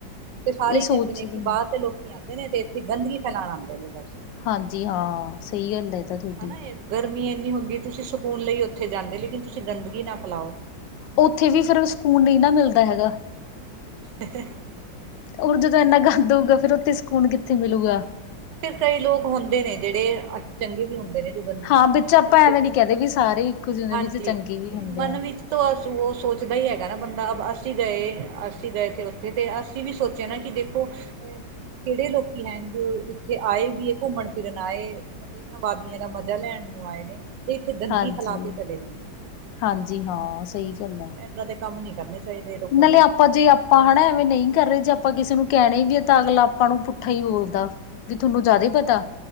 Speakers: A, on the right; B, on the left.
A: ਤੇ ਸਾਰੇ
B: ਇਹ ਸੋਚਦੇ
A: ਹੀ ਕਹਿੰਦੇ ਨੇ ਕਿ, ਬਾਹਰ ਦੇ ਲੋਕ ਆਂਦੇ ਨੇ ਤੇ ਇੱਥੇ ਗੰਦਗੀ ਫੈਲਾਣ ਆਂਦੇ ਨੇ ਬੱਸ।
B: ਹਾਂਜੀ, ਹਾਂ ਸਈ ਗਲ ਏ, ਏ ਤਾ ਥੋਡੀ।
A: ਹਨਾ ਇਹ ਗਰਮੀ ਐਂਨੀ ਹੁੰਦੀ ਏ, ਤੁਸੀਂ ਸਕੂਨ ਲਈ ਉੱਥੇ ਜਾਂਦੇ, ਲੇਕਿਨ ਤੁਸੀਂ ਗੰਦਗੀ ਨਾ ਫੈਲਾਓ।
B: ਉੱਥੇ ਵੀ ਫਿਰ ਸਕੂਨ ਨਹੀਂ ਨਾ ਮਿਲਦਾ ਹੈਗਾ।
A: <unintelligible>
B: ਉਹ ਜਦੋਂ ਐਂਨਾ ਗੰਦ ਹੋਊਗਾ, ਫਿਰ ਉੱਥੇ ਸਕੂਨ ਕਿੱਥੇ ਮਿਲੂਗਾ?
A: ਫੇਰ ਕਈ ਲੋਕ ਹੁੰਦੇ ਨੇ ਜਿਹੜੇ, ਚੰਗੇ ਵੀ ਹੁੰਦੇ ਨੇ। ਗੰਦਗੀ
B: ਹਾਂ
A: ਨਹੀਂ
B: ਵਿੱਚ
A: ਫੈਲਾਂਦੇ
B: ਆਪਾਂ
A: ਦੇਖੋ।
B: ਐਵੇਂ ਨੀ ਕਹਦੇ ਵੀ ਸਾਰੇ ਇੱਕੋ ਜਿਹੇ
A: ਹਾਂਜੀ,
B: ਵਿੱਚ ਚੰਗੇ ਵੀ
A: ਲੇਕਿਨ
B: ਹੁੰਦੇ
A: ਮਨ
B: ਆ।
A: ਵਿੱਚ ਤੋਂ ਅਸ ਉਹ ਸੋਚਦਾ ਹੀ ਹੈਗਾ ਨਾ ਬੰਦਾ, ਅ ਅਸੀਂ ਗਏ -ਅਸੀਂ ਗਏ ਤੇੇ ਉੱਥੇ ਅਤੇ ਅਸੀ ਤੁਸੀਂ ਵੀ ਸੋਚਿਆ ਨਾ ਕਿ ਦੇਖੋ, ਅ ਕਿਹੜੇ ਲੋਕੀਂ ਹੈਣ, ਜੋ ਉੱਥੇ ਆਏ ਵੀ ਹੈ ਘੁੰਮਣ ਫਿਰਨ ਆਏ, ਮਤਲਬ ਇਹਨਾਂ ਵਾਦੀਆਂ ਦਾ ਮਜ਼ਾ ਲੈਣ ਨੂੰ ਆਏ ਨੇ। ਤੇ ਇੱਥੇ ਗੰਦਗੀ
B: ਹਾਂਜੀ,
A: ਫੈਲਾ ਕੇ ਚਲੇ ਗਏ ਨੇ।
B: ਹਾਂਜੀ। ਹਾਂ, ਸਹੀ ਗੱਲ ਆ
A: ਕਦੇ ਕੰਮ ਨੀ ਕਰਨੇ ਚਾਹੀਦੇ ਲੋਕਾਂ
B: ਨਾਲੇ
A: ਨੂੰ
B: ਆਪਾਂ ਜੇ ਅਪ ਤਾਂ ਨ ਐਵੇਂ ਨਹੀਂ ਕਰ ਰਹੇ ਜੇ ਆਪਾਂ ਕਿਸੇ ਨੂੰ ਕਹਿਣੇ ਵੀਏ ਤਾਂ ਅਗਲਾ ਆਪਾਂ ਨੂੰ ਪੁੱਠਾ ਹੀ ਬੋਲਦਾ ਵੀ ਤੁਹਾਨੂੰ ਜ਼ਿਆਦਾ
A: ਹਾਂਜੀ
B: ਪਤਾ।